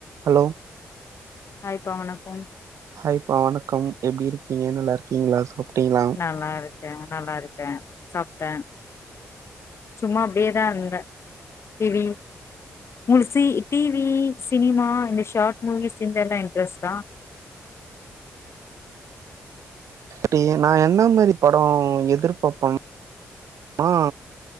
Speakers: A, on the right; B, on the left.
A: Hello
B: ஹாய்பா வணக்கம்
A: ஹாய்பா வணக்கம் எப்டி இருக்கீங்களா நல்லா இருக்கீங்களா சாப்ட்டீங்களா
B: நல்லா இருக்கேன் நல்லா இருக்கேன் சாப்டேன் சும்மா அப்டியே தான் இருந்தே டி வி முழுசி டி வி சினிமா இந்த ஷார்ட் மூவிஸ் இத எல்லாம் இன்ட்ரெஸ்ட் ஆ
A: அப்டி நா என்ன மாரி படோ எதிர்பாப்பேன்னா